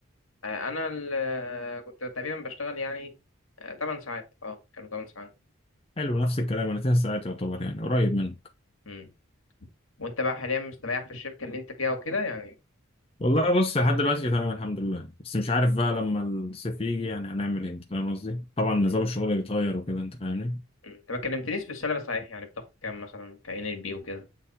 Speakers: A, on the left (about 70°); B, on the left (about 25°).
A: آه أنا ال- آه، كنت تقريبا بشتغل يعني آه 8 ساعات أه كانوا 8 ساعات
B: حلو نفس الكلام انا 9 ساعات يعتبر يعني قريب منك
A: مم. وأنت بقى حاليا مستريح في الشركة اللي أنت فيها وكده يعني
B: والله بص لحد دلوقتي تمام الحمد لله بس مش عارف بقى لما الصيف يجي يعني هنعمل ايه انت فاهم قصدي طبعا نظام
A: مم.
B: الشغل بيتغير وكده انت فاهمني
A: مم. أنت ما كلمتنيش في السالري صحيح يعني بتاخد كام مثلا كإن ال بي وكده